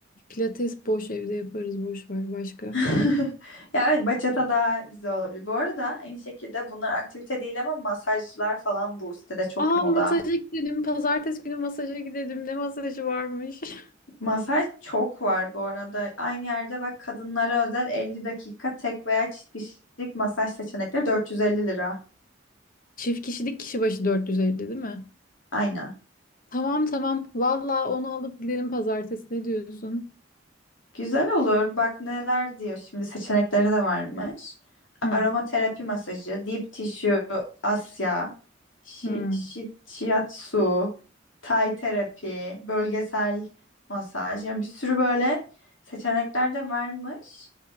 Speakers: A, on the left; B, on the left.
A: Pilates boş evde yaparız boş ver başka.
B: <laughs> Ya evet bachata daha güzel olabilir. Bu arada aynı şekilde bunlar aktivite değil ama masajlar falan bu sitede çok
A: Aa
B: moda.
A: masaja gidelim. Pazartesi günü masaja gidelim. Ne masajı varmış? <laughs>
B: Masaj çok var bu arada. Aynı yerde bak kadınlara özel 50 dakika tek veya çift kişilik masaj seçenekleri 450 lira.
A: Çift kişilik kişi başı 450 değil mi?
B: Aynen.
A: Tamam tamam. Valla onu alıp gidelim pazartesi. Ne diyorsun?
B: Güzel olur. Bak neler diyor şimdi seçenekleri de varmış.
A: Hı.
B: Aromaterapi masajı, deep tissue, Asya, şi,
A: Hmm.
B: şi- shiatsu, Thai terapi, bölgesel masaj. Yani bir sürü böyle seçenekler de varmış.